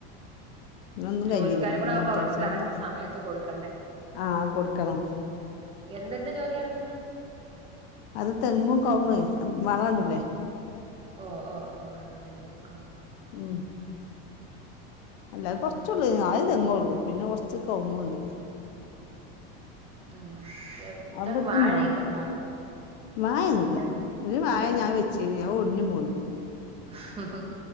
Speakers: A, on the left (about 60°); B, on the right (about 20°).
A: ഇന്നൊന്നും
B: ജോലിക്കാരും
A: കഴിഞ്ഞില്ല ഇന്ന്
B: കൂടെ ആകുമ്പോ
A: മുറ്റടിച്ചാല്ല
B: അവർക്ക് കറക്റ്റ് സമയത്ത് കൊടുക്കണ്ടേ
A: ആ കൊടുക്കണം
B: എന്തന്റെ ജോലി നടക്കുന്ന
A: അത് തെങ്ങും കവുങ്ങുവേ വളണ്ടല്ലേ
B: ഓ ഓ ഓ അതിന്റെ ആഹ
A: ഉം അല്ല കൊറച്ചള്ളൂ ആയ്തെങ്ങള്ളൂ പിന്നെ കൊറച്ച് കവുങ്ങ് ണ്ട്
B: ഉം ഏ, ഇതൊക്കെ
A: അവിടെതുണ്ടോ
B: വാഴയൊക്കെ ഉണ്ടോ
A: വായന്നുല്ല
B: എൻ-
A: ഒരു വായ
B: ആ
A: ഞാൻ വെച്ചീന് അത് ഒടിഞ്ഞ് പേ പോയി
B: ഹ ഹ ഹ